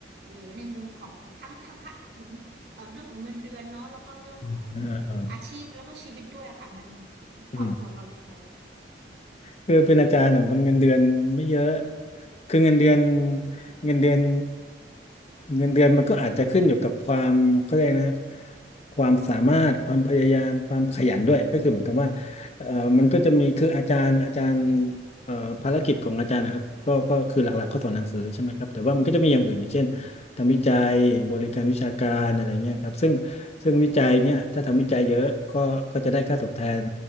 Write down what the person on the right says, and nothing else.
หรือในมุมของทั้งทั้งพะถึงเอ่อเรื่องของเงินเดือนเนาะแล้วก็เรื่องของ
อาชีพแล้วก็ชีวิตด้วยอะค่ะมัน
ตอบโจทย์เรายังไง